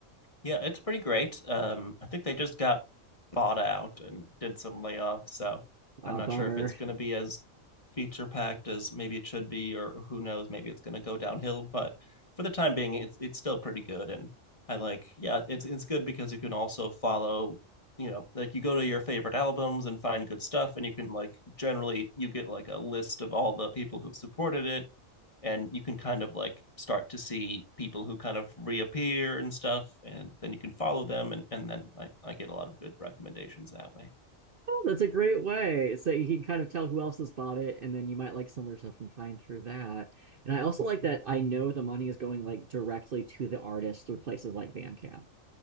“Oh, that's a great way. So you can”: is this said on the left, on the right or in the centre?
Right